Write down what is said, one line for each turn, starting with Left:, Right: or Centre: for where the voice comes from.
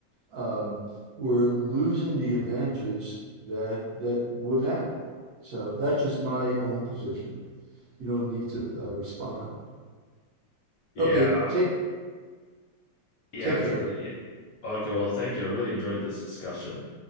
Right: Um, we're losing the advantages that that we've had. So that's just my own position. You don't need to uh, respond.
Left: Yeah,
Right: Okay, take
Left: yeah.
Right: take
Left: It's
Right: care.
Left: a, yeah. Okay, well, thank you. I really enjoyed this discussion.